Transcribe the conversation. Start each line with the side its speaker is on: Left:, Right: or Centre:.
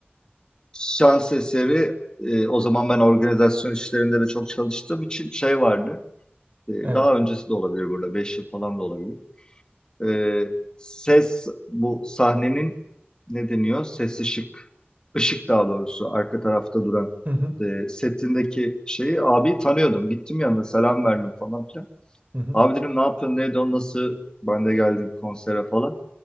Left: şans eseri e, o zaman ben organizasyon işlerinde de çok çalıştığım için şey vardı. E,
Right: Evet.
Left: daha öncesi de olabilir burada. beş yıl falan da olabilir. E, ses bu sahnenin ne deniyor? Ses ışık. Işık daha doğrusu arka tarafta duran
Right: Hı hı,
Left: e, setindeki şeyi abi tanıyordum. Gittim yanına selam verdim falan filan.
Right: hı hı.
Left: Abi dedim ne yapıyorsun? Neydi o? Nasıl? Ben de geldim konsere falan.